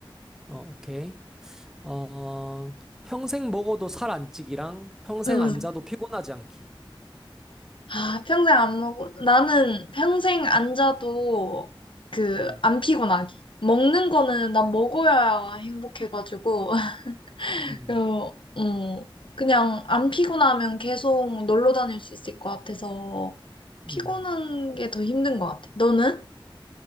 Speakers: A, in the centre; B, on the left.
A: 어, 오케이. 어, 평생 먹어도 살 안 찌기랑 평생
B: 음.
A: 안 자도 피곤하지 않기.
B: 아, 평생 안 먹어. 나는 평생 안 자도 그
A: 음,
B: 안 피곤하기. 먹는 거는 난 먹어야 행복해가지고 <laughs>
A: 음,
B: 그, 음, 그냥 안 피곤하면 계속 놀러 다닐 수 있을 것 같아서 피곤한
A: 음.
B: 게 더 힘든 것 같아. 너는?